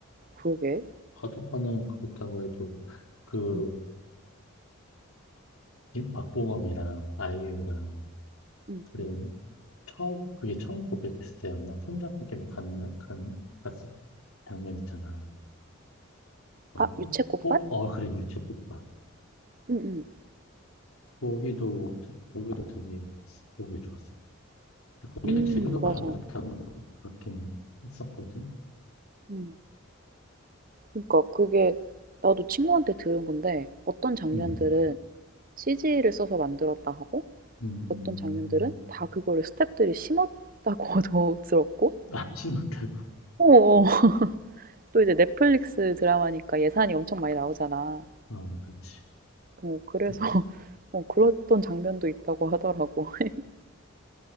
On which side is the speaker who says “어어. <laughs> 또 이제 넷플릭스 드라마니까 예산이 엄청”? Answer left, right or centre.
Right